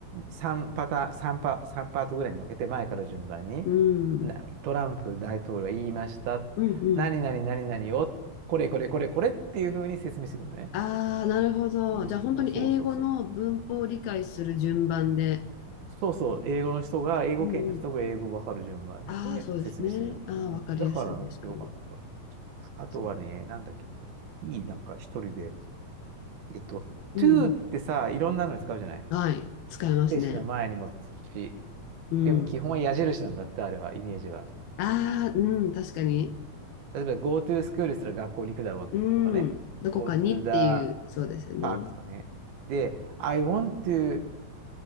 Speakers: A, on the right; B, on the left.
A: 3パターン、さんパ、3パートぐらいに分けて、前から順番に、
B: うん。
A: なトランプ大統領は言いました。
B: うんうん。
A: 何々何々をこれこれこれこれっていう風に説明してくるのね。
B: ああ、なるほど。
A: うん、
B: じゃあ本当に英語の文法を理解する順番で。
A: そうそうそうそう。そうそう、英語の人が、英語圏の人が英語わかる順番で説明してくれる。
B: うんうん。ああ、そうですね。ああ、
A: うん、
B: わかりやすい。
A: だから、
B: 確かに。
A: よかった。あとはね、
B: そう
A: なんだっけ、いい、なんか一人で、えっと、
B: うん。
A: to ってさ、いろんなのに使うじゃない
B: はい。使えますね。
A: 名詞の前にもつくし、
B: うん。
A: でも基本は矢印なんだって、あれは、イメージは。
B: ああ、うん。確かに。
A: 例えば、go to school したら学校に行くだろうとかね、
B: うん。どこかにっていう、
A: go to the
B: そうですよね。
A: park とかね。で、I want to